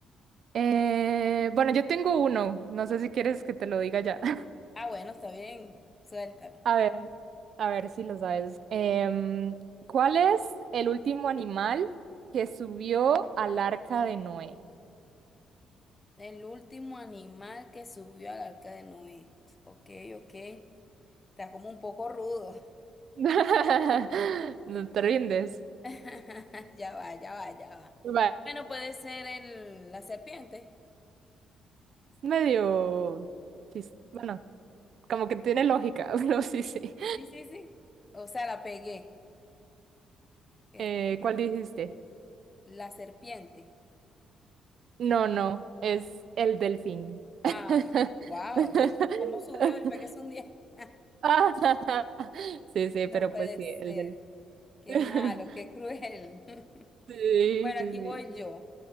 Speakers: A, on the right (about 60°); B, on the left (about 25°).
A: Eh, bueno, yo tengo uno, no sé si quieres que te lo diga ya. <laughs>
B: Ah, bueno, está bien, suéltala.
A: A ver, a ver si lo sabes. Em, ¿cuál es el último animal que subió al arca de Noé?
B: El último animal que subió al arca de Noé. Ok, ok. Está como un poco rudo.
A: <laughs> No te rindes.
B: <laughs> Ya va, ya va, ya va.
A: Va.
B: Bueno, puede ser el, la serpiente.
A: Es medio... chis- Bueno, como que tiene lógica, <laughs> pero sí, sí.
B: Sí, sí, sí. O sea, la pegué. Que-
A: Eh, ¿cuál dijiste?
B: La serpiente.
A: No, no, es el delfín.
B: Ah,
A: <laughs>
B: wow. ¿Y y cómo subió? Le pegué es un 10? <laughs>
A: Ah, sí, sí,
B: No
A: pero
B: puede
A: pues sí,
B: ser.
A: el delfín.
B: Qué
A: <laughs>
B: malo, qué cruel. <laughs>
A: Sí,
B: Bueno,
A: sí, sí.
B: aquí voy yo.